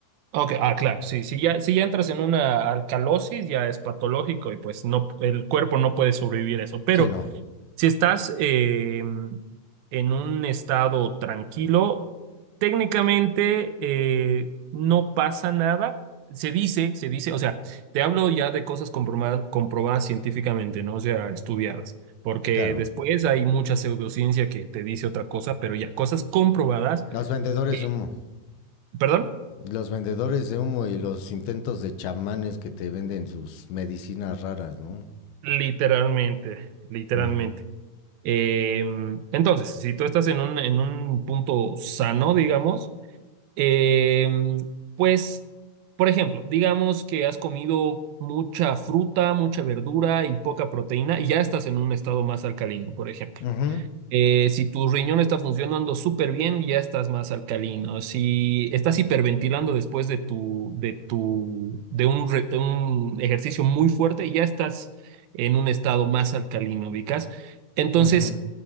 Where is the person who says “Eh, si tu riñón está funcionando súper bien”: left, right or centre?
Right